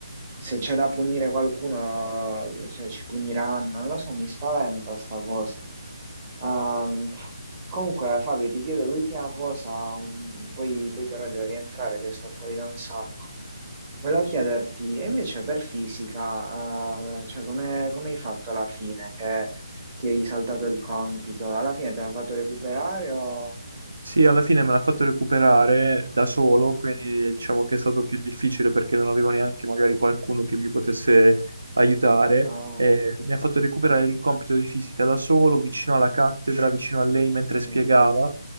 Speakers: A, on the right; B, on the right.
A: Se c'è da punire qualcuno, cioè ci puniranno, non lo so, mi spaventa sta cosa. Ehm, comunque Fabio, ti chiedo l'ultima cosa, um, poi, poi però devo rientrare che sto fuori da un sacco. Volevo chiederti, e invece per fisica, eh, cioè come, come hai fatto alla fine? Che ti hai saltato il compito, alla fine te l'ha fatto recuperare o...
B: Sì, alla fine me l'ha fatto recuperare da solo, quindi diciamo che è stato più difficile perché non avevo neanche magari qualcuno che mi potesse aiutare.
A: No,
B: Eh, mi ha fatto recuperare il compito di fisica da solo, vicino alla cattedra, vicino a lei mentre
A: sì,
B: spiegava.